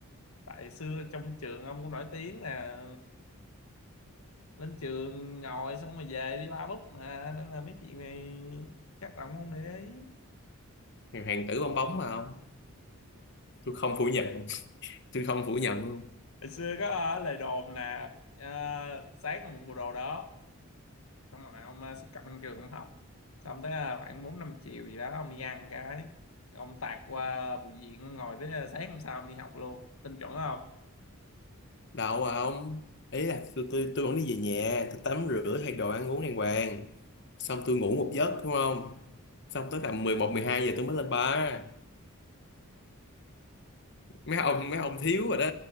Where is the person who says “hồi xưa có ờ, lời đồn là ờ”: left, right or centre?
Left